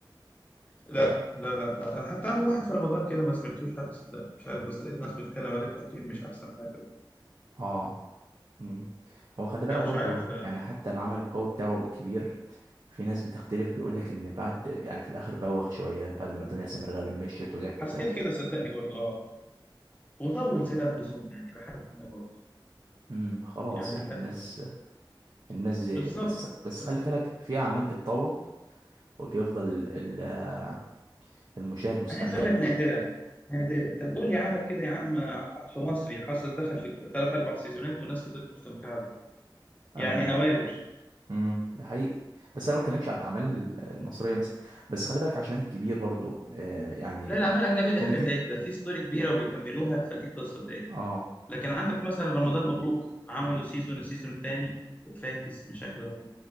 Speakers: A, on the left; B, on the right.
A: لا لا لا لا انا حتى عامل واحد في رمضان كده ما سمعتوش حتى صدقني مش عارف بس لقيت ناس بتتكلم عليه بتقييم مش احسن حاجه
B: اه مم. هو خلي بالك
A: فمش
B: برضو
A: عارف آه،
B: يعني حتى العمل القوي بتاعه كبير في ناس بتختلف بيقول لك ان بعد يعني في الاخر بوخ شوية بعد ما دنيا سمير غانم مشيت وجت
A: حسيت كده صدقني برضو اه وطول زيادة عن اللزوم يعني لحد ما برضو
B: امم خلاص
A: يعني
B: يعني
A: لا
B: الناس
A: حسيت
B: الناس زهقت
A: بالظبط
B: بس
A: بالظبط
B: بس خلي بالك في اعمال بتطول وبيفضل ال- آه، المشاهد مستمتع
A: انا عايز اقول لك
B: بيها
A: نادرا نادرا طب قول لي عمل كده يا عم آه، في مصري حصل دخل في ثلاث اربع سيزونات والناس فضلت مستمتعه بيه
B: آه.
A: يعني نوادر
B: امم ده حقيقي بس انا ما بتكلمش على الاعمال المصريه مثلا بس خلي بالك عشان الكبير برضو آه يعني
A: لا الأعمال الأجنبية دي
B: كوميدي
A: حاجة تاني ده في ستوري كبيرة وبيكملوها فدي قصة تاني
B: اه
A: لكن عندك مثلا رمضان مبروك عملوا سيزون السيزون التاني فاكس بشكل رهيب